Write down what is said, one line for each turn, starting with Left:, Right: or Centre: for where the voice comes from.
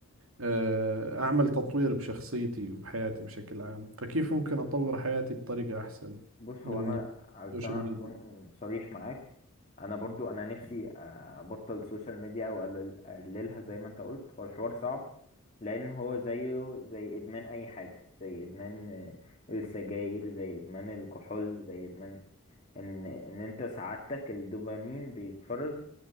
Right: آه، أعمل تطوير بشخصيتي وبحياتي بشكل عام فكيف ممكن أطور حياتي بطريقة أحسن
Left: بص
Right: من
Left: هو انا علشان
Right: السوشيال
Left: اكون
Right: ميديا
Left: صريح معاك انا برضو انا نفسي آه، ابطل السوشيال ميديا او أقلل- اقللها زي ما انت قلت هو الحوار صعب لان هو زيه زي ادمان اي حاجة زي ادمان آه، السجاير زي ادمان الكحول زي ادمان ان ان انت سعادتك الدوبامين بيتفرز